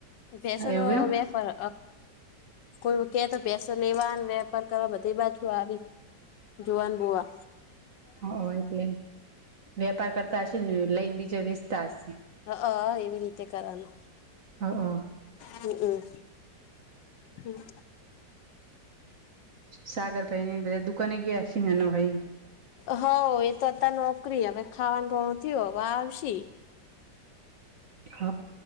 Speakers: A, on the left; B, on the right.
A: ભેંસોનો
B: એવું
A: વેપાર કોઈ કે તો ભેંસો લેવા વેપાર કરવા બધી એ બાજુ આવી જોઆન બોઆ
B: હ એટલે વેપાર કરતા હશે ને લઈને બીજા વેચતા હશે
A: હ હ એવી રીતે કરવાનું
B: હા હ
A: હમ્મ હમ્મ હમ્મ
B: સાગર ભાઈ દુકને ગયા છે હેના ભાઈ
A: હ એ તો અતા નોકરી હવે ખાવાનું <unintelligible> હવે આવશે
B: હ